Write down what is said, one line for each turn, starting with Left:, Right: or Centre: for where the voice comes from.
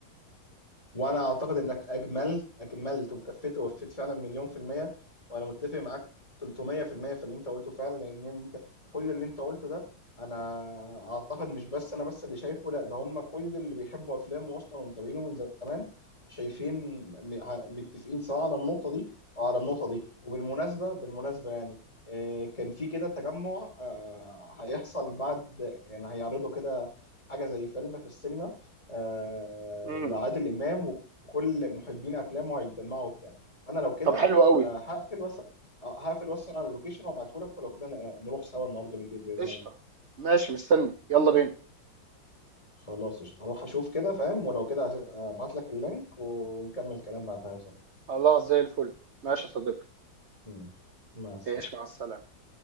Left: وانا اعتقد انك اجملت اجملت وكفيت ووفيت فعلا مليون في المية وانا متفق معاك 300 في المية في اللي انت قلته فعلا لان انت كل اللي انت قلته ده انا اعتقد مش بس انا بس اللي شايفه لا ده هم كل اللي بيحبوا افلامه اصلا ومتابعينه من زمان شايفين م- ع- متفقين سواء على النقطة دي او على النقطة دي وبالمناسبة بالمناسبة يعني آه، كان في كده تجمع آه، هيحصل بعد يعني هيعرضوا كده حاجة زي فيلم في السينما آه،
Right: عيب
Left: لعادل امام وكل محبين افلامه هيتجمعوا وبتاع انا لو كده
Right: طب حلو قوي
Left: آه، هقفل وس آه، هقفل واسال على اللوكيشن وابعته لك ولو كده ن- نروح سوا النهارده بالليل باذن
Right: قشطه
Left: الله
Right: ماشي مستني يلا بينا
Left: خلاص قشطة. هروح اشوف كده فاهم ولو كده هبعت لك اللينك ونكمل كلام بعدها يا صاحبي
Right: خلاص زي الفل ماشي يا صديقي
Left: ماشي مع السلامه
Right: ايش مع السلامه